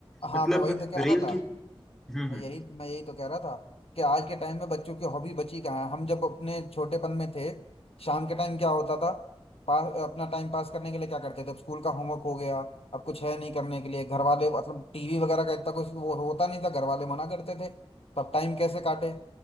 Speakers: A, on the left; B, in the centre.
A: हाँ
B: मतलब
A: मैं वही तो कह
B: रील
A: रहा था
B: की हम्म हम्म,
A: मैं यही मैं यही तो कह रहा था कि आज के टाइम में बच्चों की हॉबी बची कहाँ है हम जब अपने छोटेपन में थे शाम के टाइम क्या होता था पा, अपना टाइम पास करने के लिए क्या करते थे अब स्कूल का होमवर्क हो गया अब कुछ है नहीं करने के लिए घर वाले मतलब टीवी वगैरह का इतना कुछ वो होता नहीं था घर वाले मना करते थे तब टाइम कैसे काटे